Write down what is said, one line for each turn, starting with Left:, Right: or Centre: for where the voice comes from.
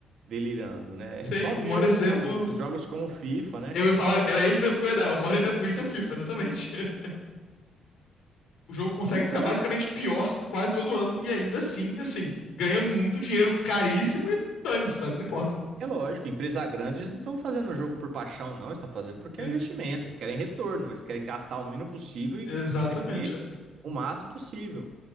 Right: delirando, né?
Left: Sim,
Right: Só
Left: o
Right: ver
Left: maior exemplo.
Right: o- os jogos como o FIFA, né,
Left: Eu
Right: cara?
Left: ia falar, era esse exemplo que eu ia dar. O maior exemplo disso é o FIFA, exatamente. <laughs> O jogo consegue
Right: Então,
Left: ficar basicamente pior quase todo ano, e ainda assim, assim, ganha muito dinheiro, caríssimo e dane-se, sabe? Não importa.
Right: é lógico, empresa grande, eles não estão fazendo o jogo por paixão, não, eles estão fazendo porque
Left: Sim,
Right: é um investimento, eles querem retorno, eles querem gastar o mínimo possível e
Left: exatamente.
Right: e vender o máximo possível.